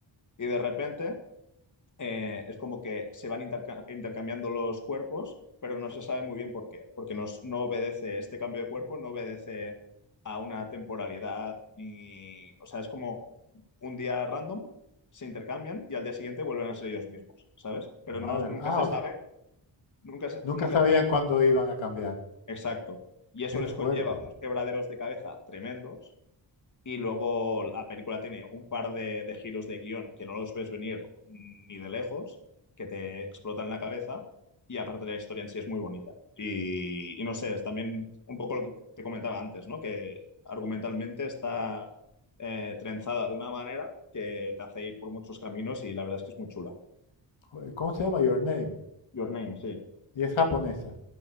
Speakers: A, on the left (about 40°); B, on the left (about 85°).
A: Y de repente eh, es como que se van interca- intercambiando los cuerpos, pero no se sabe muy bien por qué, porque nos, no obedece este cambio de cuerpo, no obedece a una temporalidad, ni, o sea, es como un día random, se intercambian y al día siguiente vuelven a ser ellos mismos, ¿sabes? Pero
B: Madre,
A: no, nunca
B: ah,
A: se
B: o
A: sabe,
B: sea,
A: nunca se-
B: nunca
A: nunca
B: sabían
A: se sabe.
B: cuándo iban a cambiar.
A: Exacto. Y eso
B: Qué
A: les
B: fuerte.
A: conlleva unos quebraderos de cabeza tremendos y luego la película tiene un par de, de giros de guión que no los ves venir ni de lejos, que te explotan la cabeza. Y aparte la historia en sí es muy bonita. Y, y no sé, es también un poco lo que te comentaba antes, ¿no? Que argumentalmente está eh, trenzada de una manera que te hace ir por muchos caminos y la verdad es que es muy chula.
B: Joder, ¿Cómo se llama Your Name?
A: Your Name, sí.
B: Y es japonesa.